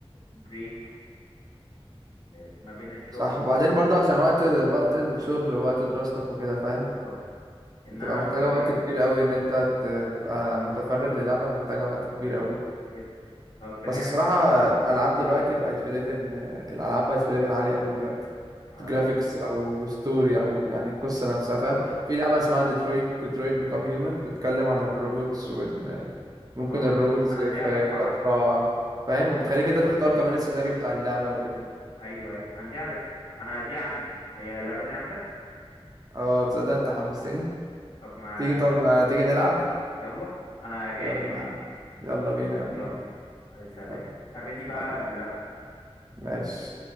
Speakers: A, on the left; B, on the right.
A: بريك ما بين الشغل
B: صح وبعدين برضو عشان وقت وقت الشغل ووقت دراستك وكده فاهم
A: بالظبط إن
B: بتبقى
A: أنا لو
B: محتاجة
A: اتجهت
B: وقت كبير قوي ان انت تبقى متفرغ للعبة محتاجة وقت كبير قوي
A: جدا لو اتجهت
B: بس الصراحة
A: للبرو
B: الالعاب
A: بلاير
B: دلوقتي بقت في ليفل الالعاب بقت في ليفل عالي قوي دلوقتي
A: اه
B: جرافيكس او ستوري او يعني القصة نفسها
A: اه
B: فاهم في لعبة اسمها ديترويت ديترويت بيكام هيومن بتتكلم عن الروبوتس ممكن
A: آه.
B: الروبوتس
A: أنا
B: في
A: دي عارفها
B: فترة
A: على فكرة
B: فاهم وبتخليك انت تختار كمان السيناريو بتاع اللعبة وكده
A: أيوه أيوه أنا دي عارفها أنا دي عندي هي اللعبة دي عندك
B: اه تصدق انت حمستني
A: طب ما
B: تيجي طب آه، تيجي نلعب
A: يلا أنا جاي
B: يلا
A: مني
B: نلعب. يلا بينا يلا
A: يلا أي سلام
B: يلا
A: قابلني بقى
B: حبيبي
A: في اللعب
B: ماشي
A: يلا